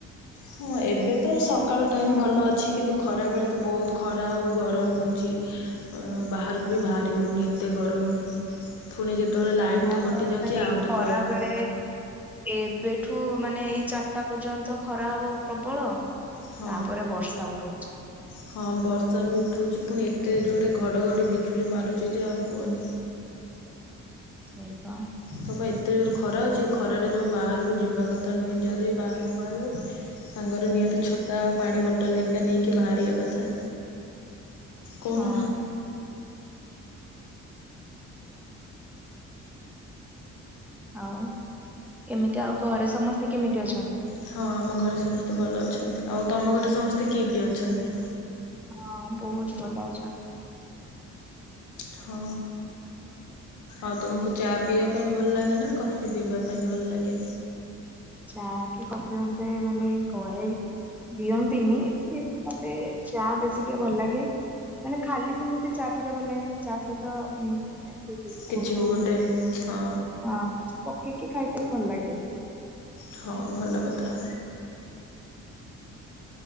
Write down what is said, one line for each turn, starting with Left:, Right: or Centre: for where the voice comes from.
Left: ହଁ ଏବେ ତ ସକାଳ ଟାଇମ୍ ଭଲ ଅଛି କିନ୍ତୁ ଖରାବେଳେ ତ ବହୁତ ଖରା ଆଉ ଗରମ ହଉଚି। ଅଁ ବାହାରକୁ ବି ବାହାରି ହଉନି ଏତେ ଗରମ୍। ଫୁଣି ଯେତବଳେ ଲାଇନ୍
Centre: ହଁ
Left: ତ କଟି
Centre: ପା
Left: ଯାଉଚି
Centre: ମାନେ ଏଇ
Left: ଆହୁରି
Centre: ଖରା
Left: ଗରମ
Centre: ବେଳେ ଏବେଠୁ ମାନେ ଏଇ ଚାରଟା ପର୍ଯ୍ୟନ୍ତ ଖରା ହବ ପ୍ରବଳ।
Left: ହଁ।
Centre: ତାପରେ ବର୍ଷା ଉଠଉଛି।
Left: ହଁ ବର୍ଷା ବି ଉଠଉଚି ଫୁଣି ଏତେ ଜୋରେ ଘଡ଼ଘଡ଼ି ବିଜୁଳି ମାରୁଚି ଯେ ଆଉ କୁହନି।
Centre: ସେ ପାଁ
Left: ହଁ ପା ଏତେ ଜୋରେ ଖରା ହଉଚି ଖରାରେ ଜମା ବାହାରୁକୁ ଯିବା କଥା ନୁହେଁ ଯଦି ବାହାରୁକୁ ବାହାରିବ ସାଙ୍ଗରେ ନିହାତି ଛତା ଆଉ ପାଣି ବୋଟଲ ହେରିକା ନେଇକି ବାହାରିବା କଥା। କହୁନ
Centre: ହଁ। ଆଉ କେମିତି ଆଉ ଘରେ ସମସ୍ତେ କେମିତି ଅଛନ୍ତି?
Left: ହଁ ଆମ ଘରେ ସମସ୍ତେ ଭଲ ଅଛନ୍ତି ଆଉ ତମ ଘରେ ସମସ୍ତେ କିଏ କିଏ ଅଛନ୍ତି?
Centre: ହଁ ବହୁତୁ ଭଲ ଅଛନ୍ତି।
Left: ହଁ। ଆଉ ତମକୁ ଚା ପିଇବା ପାଇଁ ଭଲ ଲାଗେ ନା କଫି ପିଇବା ପାଇଁ ଭଲ ଲାଗେ?
Centre: ଚା କି କଫି ମତେ ମାନେ ଘରେ ଦିଅନ୍ତିନି କିନ୍ତ ମତେ ଚା ବେଶୀ ଟିକେ ଭଲ ଲାଗେ। ମାନେ ଖାଲି ସେମିତି ଚା ପିଇତେ ଭଲ ଲାଗେନି ଚା ସହିତ ହୁଁ ଯାହାବି ବିସ୍କୁଟ
Left: କିଛି ବି
Centre: ହଉ
Left: ଗୋଟେ ହଁ
Centre: ହଁ କିଛି ପକେଇକି ଖାଇତେ ଭଲ ଲାଗେ ଆକ୍ଚୁଅଲି।
Left: ହଁ ଭଲ କଥା।